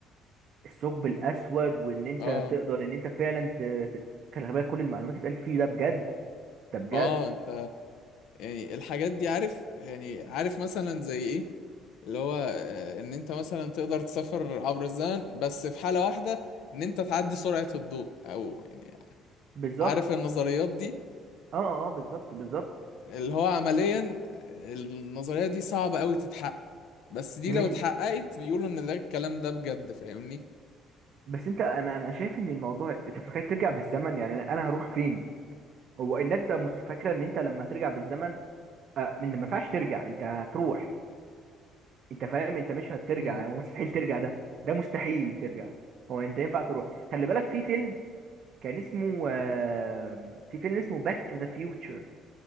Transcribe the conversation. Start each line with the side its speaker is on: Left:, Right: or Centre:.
Right: الثقب الاسود وان انت
Left: آه
Right: تقدر ان انت فعلا ت... ت- خلي بالك كل المعلومات اللي اتقالت فيه ده بجد ده بجد
Left: آه أنت يعني الحاجات دي عارف يعني عارف مثلا زي ايه اللي هو آه، ان انت مثلا تقدر تسافر عبر الزمن بس في حالة واحدة ان انت تعدي سرعة الضوء او يعني
Right: بالظبط
Left: عارف النظريات دي
Right: اه اه آه، بالظبط بالظبط
Left: اللي هو عمليا آه، النظرية دي صعبة قوي تتحقق بس دي
Right: امم
Left: لو اتحققت بيقولوا ان ده الكلام ده بجد فاهمني
Right: بس انت انا انا شايف ان الموضوع انت متخيل ترجع بالزمن يعني انا أنا هروح فين هو الناس بتبقى مست- فاكره ان انت لما ترجع
Left: مم.
Right: بالزمن آه، من ما ينفعش ترجع انت هتروح انت فاهم انت مش هترجع
Left: امم
Right: يعني مستحيل ترجع ده ده مستحيل ترجع هو انت ينفع تروح خلي بالك في فيلم كان اسمه آه، في فيلم اسمه باك تو ذا فيوتشر